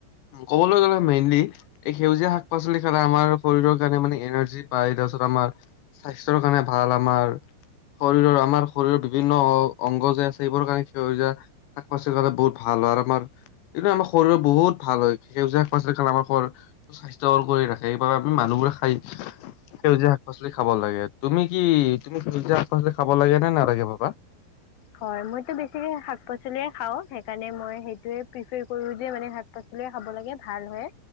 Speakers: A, on the left; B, on the left.
A: ক'বলৈ গ'লে মেইনলি এই সেউজীয়া শাক পাচলি খালে আমাৰ শৰীৰৰ কাৰণে মানে এনাৰ্জি পায় তাৰপিছত আমাৰ স্বাস্থ্যৰ কাৰণে ভাল আমাৰ শৰীৰৰ আমাৰ শৰীৰৰ বিভিন্ন অ' অংগ যে আছে সেইবোৰ কাৰণে সেউজীয়া শাক পাচলি কাৰণে বহুত ভাল হয় আৰু আমাৰ কিন্তু, আমাৰ শৰীৰৰ বহুত ভাল হয় সেউজীয়া শাক-পাচলি আমাৰ শৰ স্বাস্থ্য ভাল কৰি ৰাখে, সেইবাবে আমি মানুহবোৰে খাই সেউজীয়া শাক পাচলি খাব লাগে তুমি কি তুমি সেউজীয়া শাক পাচলি খাব লাগে নে নালাগে ভাবা!
B: হয়, মইতো বেছিকে শাক পাচলিয়ে খাওঁ সেইকাৰণে মই সেইটোয়ে প্ৰিফাৰ কৰো যে মানে শাক পাচলিয়ে খাব লাগে ভাল হয়।